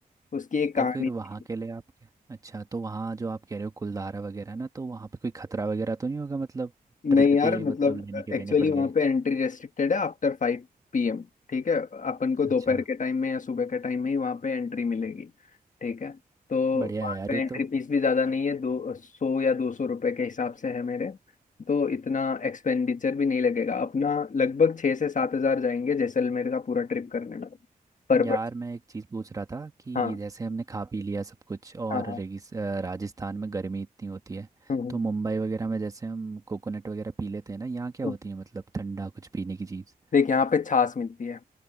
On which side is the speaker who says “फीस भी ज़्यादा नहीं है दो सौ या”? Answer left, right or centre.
Left